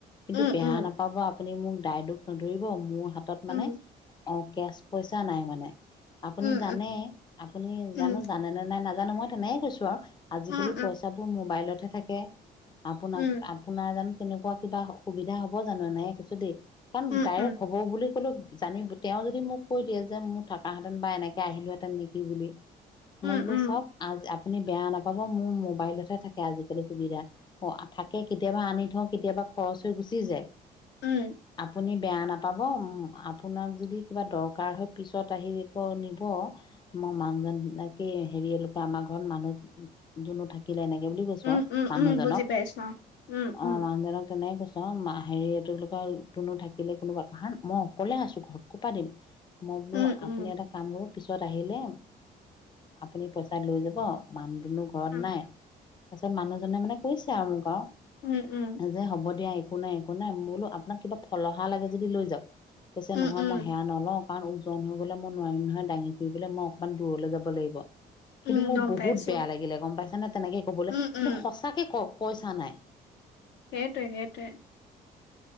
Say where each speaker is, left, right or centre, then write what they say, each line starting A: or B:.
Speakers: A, on the left; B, on the left.
A: কিন্তু
B: উম,
A: বেয়া
B: উম,
A: নাপাব পুনি মোক দায় দোষ নধৰিব মোৰ- হাতত
B: উম,
A: মানে, অ- কেচ পইচা নাই মানে। আপুনি
B: উম,
A: জানে, আপুনি
B: উম,
A: জানো, জানে নে নাই ন- নাজানো মই তেনোই কৈছো আৰু- আজিকালি
B: উম,
A: পইচাাবোৰ মোবাইলতহে- তাকে। আপোনাক-
B: উম,
A: আপোনাৰ জান- তেনেকুৱা কিবা সুবিধা হ'ব জানো? নাই কৈছো দেই। কাৰণ ডাইৰেক্ট
B: উম,
A: হ'ব বুলি ক'লেো- জানি, তেওঁ যদি মোক কৈ দিয়ে যে, মোৰ থকাহেতেন বা এনেকে আহিলোহেঁতেন নেকি বুলি। মই
B: উম, উম, উম, উম, উম,
A: বোলো
B: উম,
A: চাওক আজ-আপ- আপুনি বেয়া নাপাব মোৰ মোবাইলতহে থাকে আজিকালি সুবিধা। অ থাকে কেতিয়াবা আনি- ধৰ কেতিয়াবা খৰচ হৈ গুচি যায়।
B: উম''
A: আপুনি বেয়া নাপাব, আপোনাক যদি কিবা দৰকাৰ হয়, পিছত আহিিব নিব, মোৰ মানুহজনকেই হেৰি এুৱা আমাৰ ঘৰত মানুহ জোনো থাকিলে নক- বুলি কৈছো
B: উম,
A: আৰু
B: উম,
A: মানুহজনক,
B: উম, বুজি পাইছো অ'। উম, উম,
A: অ' মানুহজনক তেনে কৈছো। ত' মাহ হেৰি এইটো ব কৰ- কোনো থাকিলে কোনোুৱা কাৰণ, মই অকলে আছো ঘৰত কৰ পৰা দিম- মই বোলো
B: উম, উম,
A: আপুনি এটা কাম কৰক- পিছত আহিলে আপুনি পইচা লৈ যাব। মানুহ দুনো ঘৰত
B: উম,
A: নাই। তাৰপিছত মানুহজনে মানে কৈছে আৰু মোক আৰু-
B: উম, উম,
A: যে হ'ব দিয়া- একো নাই, একো নাই মো আপোনাক কিবা- ফলহা লাগে যদি লৈ যাওঁক। কৈছে
B: উম,
A: নহয়
B: উম,
A: মই সেয়া নলওঁ। অকণ ওজন হৈ গ'লে মই নোৱাৰিম নহয় দাঙি ফুৰিবলৈ, মই অকণমান দূৰলৈ যাব লাগিব।
B: উম,
A: কিন্তু মোৰ
B: গম
A: বহুত
B: পাইছো।
A: বেয়া লাগিলে গম পাইছা নে, তেনেকে কবলে
B: উম,
A: কিন্তু,
B: উম,
A: সঁচাকে কওক। পইচা নাই।
B: সেইটোৱে-সেইটোৱে।